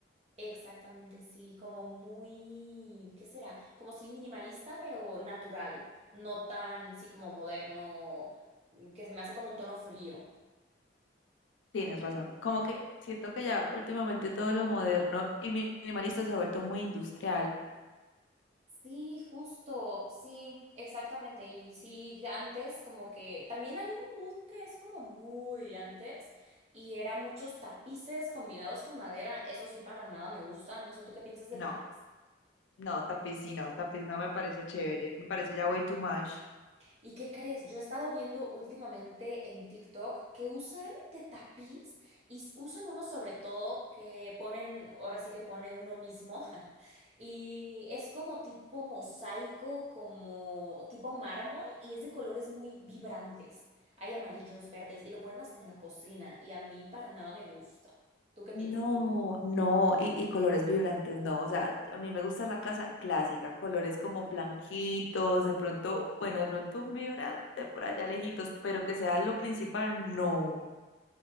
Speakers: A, on the right; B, on the left.
A: Exactamente, sí, como muy, ¿qué será? Como sí minimalista, pero natural, no tan, sí, como moderno, mm, que se me hace como un tono frío.
B: Tienes razón. Como que siento que ya últimamente todo lo moderno y minimalista se ha vuelto muy industrial.
A: Sí, justo, sí, exactamente. Y sí, antes como que también hay un mood que es como muy antes y era muchos tapices combinados con madera. Eso sí, para nada me gusta. No sé tú qué piensas del
B: No,
A: tapiz.
B: no, tapiz sí, no, tapiz no me parece chévere, me parece ya way too much.
A: ¿Y qué crees? Yo he estado viendo últimamente en TikTok que usan de tapiz y s- usan uno sobre todo que ponen, ahora sí que pone uno mismo, <laughs> y es como tipo mosaico, como tipo mármol y es de colores muy vibrantes. Hay amarillos, verdes y lo ponen hasta en la cocina y a mí para nada me gusta. ¿Tú qué piensas?
B: No, no, y, y colores vibrantes, no. O sea, a mí me gusta la casa clásica, colores como blanquitos, de pronto, bueno, de pronto un vibrante por allá lejitos, pero que sea lo principal, no.